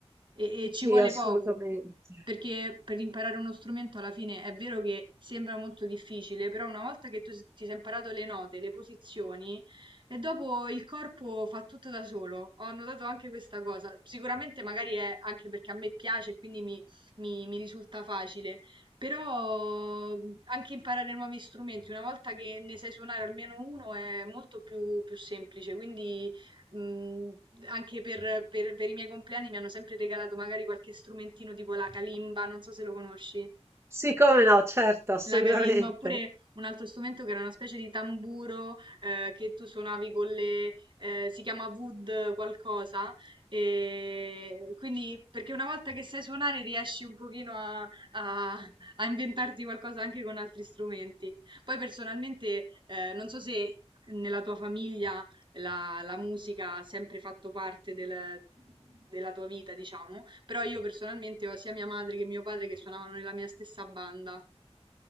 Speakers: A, on the right (about 45°); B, on the right (about 25°).
A: e, e
B: Sì,
A: ci vuole
B: assolutamente.
A: poco, perché per imparare uno strumento alla fine è vero che sembra molto difficile, però una volta che tu s- ti sei imparato le note, le posizioni, e dopo il corpo fa tutto da solo. Ho notato anche questa cosa. Sicuramente magari è anche perché a me piace e quindi mi, mi- mi risulta facile. Però mh, anche imparare nuovi strumenti, una volta che ne sai suonare almeno uno, è molto più, più semplice. Quindi mh, anche per, per- per i miei compleanni mi hanno sempre regalato magari qualche strumentino tipo la kalimba, non so se lo conosci.
B: Sì, come no, certo, assolutamente.
A: La kalimba, oppure un altro strumento che era una specie di tamburo eh, che tu suonavi con le... eh, si chiama wood qualcosa, e quindi perché una volta che sai suonare riesci un pochino a, a- a inventarti qualcosa anche con altri strumenti. Poi personalmente eh, non so se nella tua famiglia la, la musica ha sempre fatto parte del- della tua vita, diciamo, però io personalmente ho sia mia madre che mio padre che suonavano nella mia stessa banda